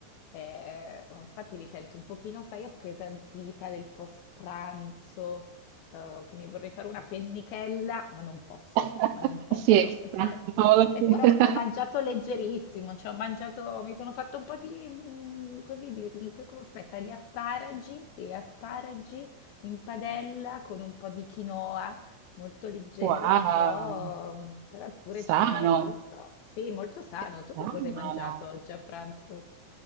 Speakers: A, on the left; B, on the right.
A: eh, oh, infatti mi sento un pochino, sai, appesantita del post pranzo, eh, che mi vorrei fare una pennichella, ma non posso,
B: <laughs>
A: ma non posso.
B: Siesta,
A: Eppure,
B: cavolo,
A: eppure
B: sì. <laughs>
A: ho mangiato leggerissimo, cioè ho mangiato, mi sono fatto un po' di, mm, così, di, di- aspetta, gli asparagi, sì, asparagi in padella con un po' di quinoa, molto leggero,
B: Wow,
A: però, mm, però pure
B: sano,
A: ciò, non lo so. Sì, molto sano.
B: che
A: Tu che
B: sano.
A: cosa hai mangiato oggi a pranzo?